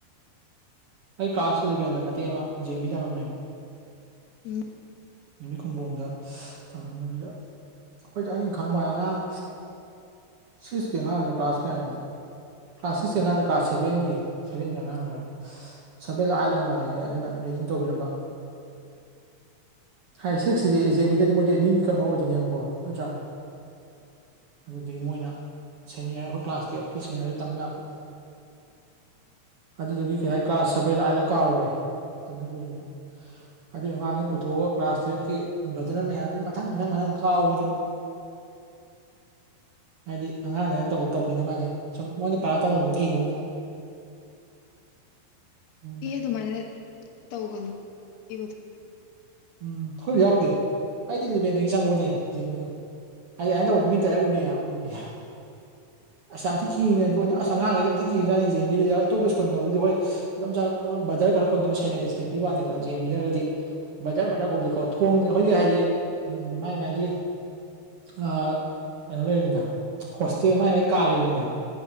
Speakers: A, on the right; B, on the left.
A: ꯑꯩ ꯀ꯭ꯂꯥꯁ ꯏꯂꯕꯦꯟꯗ ꯃꯇꯦꯛ ꯑꯃ ꯖꯦꯟ ꯕꯤꯗ ꯇꯃꯃꯝꯃꯦꯕ
B: ꯎꯝ
A: ꯅꯨꯃꯤꯠ ꯈꯨꯝꯕꯣꯡꯗ ꯊꯃꯝꯕꯗꯨꯗ ꯑꯩꯈꯣꯏꯗ ꯑꯩꯅ ꯈꯪꯕ ꯑꯉꯥꯡ ꯁꯤꯛꯁꯀꯤ ꯑꯉꯥꯡꯗꯣ ꯀ꯭ꯂꯥꯁ ꯀꯌꯥꯒꯤꯅꯣ ꯀ꯭ꯂꯥꯁ ꯁꯤꯛꯁꯀꯤ ꯑꯉꯥꯡꯗ ꯀ꯭ꯂꯥꯁ ꯁꯚꯦꯟꯒꯤ ꯁꯚꯦꯟꯒꯤ ꯑꯉꯥꯡꯅꯔꯥ ꯁꯚꯦꯟꯂ ꯑꯥꯏꯠꯂ ꯑꯣꯏꯔꯝꯅꯤ ꯑꯗꯨꯅ ꯔꯦꯒꯤꯡ ꯇꯧꯕꯤꯔꯝꯕ ꯍꯥꯏ ꯁꯤꯛꯁꯇꯗꯤ ꯖꯦꯟ ꯕꯤꯗꯗꯤ ꯃꯣꯏꯗꯤ ꯅ꯭ꯌꯨ ꯀꯝꯃꯔ ꯑꯣꯏꯗꯣꯏꯅꯦꯕꯀꯣ ꯅꯠꯇ꯭ꯔꯥ ꯑꯗꯨꯗꯒꯤ ꯃꯣꯏꯅ ꯁꯦꯅꯤꯌꯔ ꯑꯩꯈꯣꯏ ꯀ꯭ꯂꯥꯁ ꯇꯨꯌꯦꯜꯞꯀꯤ ꯁꯦꯅꯤꯌꯔꯗ ꯇꯝ ꯂꯥꯛꯄ ꯑꯗꯨꯗꯨꯒꯤ ꯀꯩ ꯍꯥꯏ ꯀ꯭ꯂꯥꯁ ꯁꯚꯦꯜꯂ ꯑꯥꯏꯠꯂ ꯀꯥꯎꯈ꯭ꯔꯦ ꯃꯇꯝꯗꯣ ꯀꯨꯏꯔꯕꯅꯤꯅ ꯑꯗꯨ ꯑꯉꯥꯡꯗꯣ ꯄꯨꯊꯣꯛꯑꯣ ꯀ꯭ꯂꯥꯁ ꯇꯨꯌꯦꯜꯞꯀꯤ ꯕ꯭ꯔꯗꯔ ꯃꯌꯥꯝꯁꯤꯅ ꯃꯊꯪ ꯃꯊꯪ ꯃꯊꯪ ꯀꯥꯎꯕꯅꯤ ꯍꯥꯏꯗꯤ ꯑꯉꯥꯡꯗ ꯑꯗꯥꯏꯅ ꯇꯧꯕ ꯇꯧꯗꯅꯕ ꯍꯥꯏ ꯇꯥꯔꯦ ꯁꯨꯝ ꯃꯣꯏꯅ ꯄꯥꯔ ꯇꯝꯍꯧ ꯀꯤꯍꯧꯅꯕ <inaudible> ꯑꯗꯨꯅꯤꯗ
B: ꯀꯤ ꯑꯗꯨꯃꯥꯏꯅ ꯇꯧꯒꯅꯨ ꯄꯤꯕꯗꯣ
A: ꯎꯝ ꯍꯣꯏ ꯑꯩꯈꯣꯏꯕꯨꯗꯤ ꯌꯥꯎꯗꯦ ꯍꯥꯏꯗꯤ ꯂꯤꯚꯦꯟꯗꯒꯤ ꯆꯪꯕꯅꯦ ꯖꯦꯟ ꯕꯤꯗꯣ ꯑ ꯑꯗꯃꯥꯏ ꯇꯧꯕꯗꯣ ꯃꯤꯠꯇ ꯑꯃꯥꯏ ꯎꯔꯤ ꯎꯒꯤ ꯍꯥꯏꯕ ꯑꯁ ꯌꯥꯝ ꯊꯤ ꯀꯤꯔꯤꯅꯦ ꯑꯁ ꯑꯉꯥꯡꯈꯩꯗꯤ ꯌꯥꯝ ꯊꯤ ꯀꯤꯔꯖꯥꯠꯅꯦ ꯖꯦꯟ ꯕꯤꯗꯗꯤ ꯑꯇꯣꯞꯄ ꯁ꯭ꯀꯨꯜꯗꯕꯨꯗꯤ ꯍꯣꯏ ꯑꯗꯨꯝ ꯕꯗꯔ ꯈꯔ ꯀꯧꯅꯕ ꯁꯦꯡꯅ ꯔꯦꯁꯄꯦꯛ ꯇꯤ ꯋꯥꯡꯉꯦꯕ ꯖꯦꯟ ꯕꯤꯅꯒꯗꯤ ꯕꯗꯔ ꯕꯗꯔ ꯀꯧꯗꯦꯀꯣ ꯊꯣꯡ ꯑꯩꯈꯣꯏꯅ ꯍꯥꯏꯗꯤ ꯎꯝ ꯃꯥꯏ ꯃꯥꯒꯤ ꯑꯥ ꯀꯩꯅꯣ ꯂꯩꯔꯤꯅꯤꯅ ꯍꯣꯁꯇꯦꯜ ꯃꯥꯏ ꯃꯥꯏ ꯀꯥ ꯂꯩꯔꯤꯅꯤꯅ